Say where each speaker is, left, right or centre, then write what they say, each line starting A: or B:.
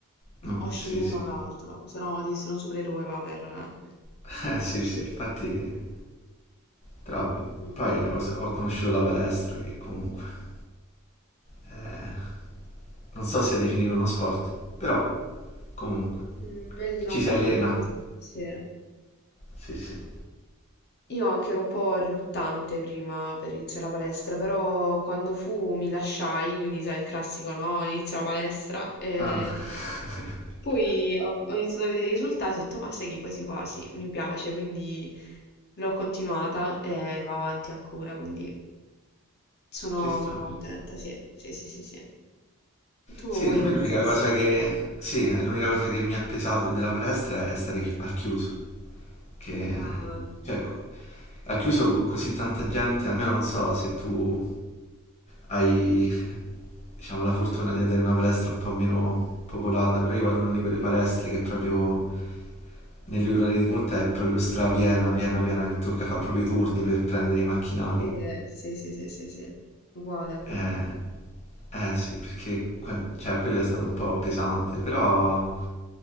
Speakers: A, on the left; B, on the left.
A: Mm,
B: No, o scegli
A: sì,
B: uno
A: sì,
B: o l'altro, se no di essere un supereroe va per...
A: <laughs> Eh, sì,
B: Sì.
A: sì, infatti, però vabbè.
B: Mm.
A: poi ho, ho conosciuto la palestra che comunque... eh, non so se definire uno sport, però comunque
B: Mm, Meglio di
A: ci
B: non fare
A: si allena.
B: niente. Sì.
A: Sì, sì.
B: Io anche ero un po' riluttante prima per iniziare la palestra, però quando fu mi lasciai, quindi sai il classico, no? Inizia la palestra e...
A: Ah. <laughs>
B: Poi ho, ho iniziato a vedere i risultati e ho detto, ma sai che quasi quasi mi piace, quindi l'ho continuata e va avanti ancora, quindi sono,
A: ci sta,
B: sono contenta,
A: ci sta.
B: sì, sì, sì, sì, sì. Tu
A: Sì, a me
B: iniziasti
A: l'unica cosa che, sì, è l'unica cosa che mi ha pesato della palestra è stare chi- al chiuso, che,
B: a...
A: cioè, co- al chiuso con così tanta gente, almeno non so se tu hai, diciamo, la fortuna di andare in una palestra un po' meno popolata, però io vado in una di quelle palestre che proprio negli orari di punta è proprio strapiena, piena, piena, che tocca fare proprio i turni per prendere i macchinari.
B: Sì, sì, sì, sì, sì, sì, uguale a me.
A: Eh, eh sì, perché qua- cioè, quello è stato un po' pesante, però